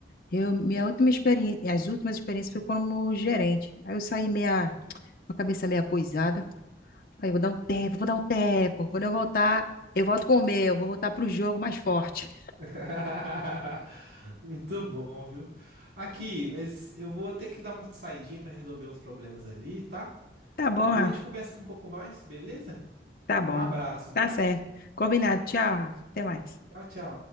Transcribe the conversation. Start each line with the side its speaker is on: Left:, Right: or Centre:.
Left: Eu, minha última experiência, as últimas experiências foi como gerente. Aí eu saí meia, com a cabeça meia coisada. Aí eu vou dar um tempo, vou dar um tempo. Quando eu voltar, eu volto com o meu, vou voltar pro jogo mais forte.
Right: <laughs> Muito bom, viu? Aqui, mas eu vou ter que dar uma saidinha para resolver uns problemas ali, tá?
Left: Tá bom,
Right: Depois
Left: Rafa.
Right: a gente conversa um pouco mais, beleza?
Left: Tá bom.
Right: Um abraço,
Left: Tá
Right: viu?
Left: certo. Combinado. Tchau, Rafa. Até mais.
Right: Tchau, tchau.